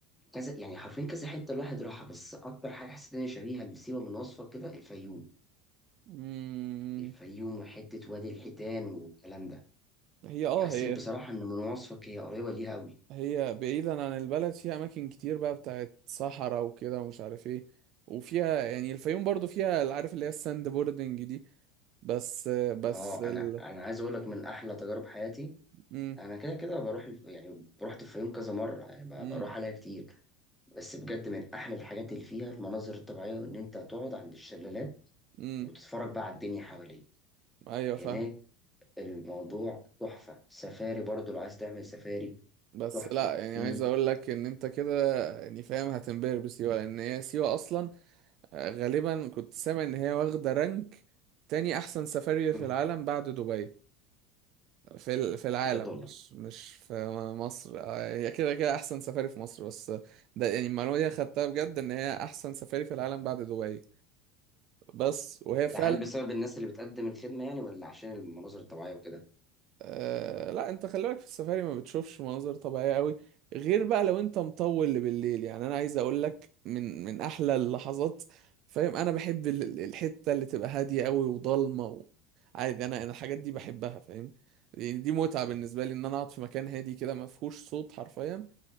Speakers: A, in the centre; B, on the right.
A: كذا يعني حرفيا كذا حته الواحد راحها بس اكتر حاجه حسيت ان هي شبيهه لسيوه من وصفك كده الفيوم
B: مم.
A: الفيوم وحتة وادي الحيتان والكلام ده
B: هي اه
A: حسيت
B: هي
A: بصراحة إن من وصفك هي قريبة ليها أوي
B: هي بعيدا عن البلد فيها اماكن كتير بقى بتاعت صحراء وكده ومش عارف ايه وفيها يعني الفيوم برضه فيها اللي عارف اللي هي الساند بوردنج دي بس بس
A: اه
B: ال...
A: أنا أنا عايز أقول لك من أحلى تجارب حياتي
B: مم.
A: أنا كده كده بروح الف... يعني رحت الفيوم كذا مرة يعني ب-
B: مم.
A: بروح عليها كتير بس بجد من أحلى الحاجات اللي فيها المناظر الطبيعية إن أنت تقعد عند الشلالات
B: امم
A: وتتفرج بقى على الدنيا حواليك
B: ايوه
A: هناك
B: فاهم
A: الموضوع تحفة سفاري برضو لو عايز تعمل سفاري
B: بس
A: تحفة
B: لا يعني
A: في
B: عايز اقول لك ان انت كده يعني فاهم هتنبهر بسيوه لان هي سيوه اصلا آه، غالبا كنت سامع ان هي واخده رانك تاني احسن سفاري
A: مم،
B: في العالم بعد دبي في ال- في العالم
A: بجد والله
B: مش مش في م- مصر آه، هي كده كده احسن سفاري في مصر بس ده يعني المعلومه دي أنا خدتها بجد ان هي احسن سفاري في العالم بعد دبي بس وهي
A: ده
B: فعلا
A: هل بسبب الناس اللي بتقدم الخدمة يعني ولا عشان المناظر الطبيعية وكده
B: آه لا انت خلي بالك في السفاري ما بتشوفش مناظر طبيعية قوي غير بقى لو انت مطول بالليل يعني انا عايز اقول لك من من احلى اللحظات فاهم انا بحب ال- ال- الحتة اللي تبقى هادية قوي وضلمة و... عادي انا انا الحاجات دي بحبها
A: مم.
B: فاهم يعني دي متعة بالنسبة
A: مم.
B: لي ان انا اقعد في مكان هادي كده ما فيهوش صوت حرفيا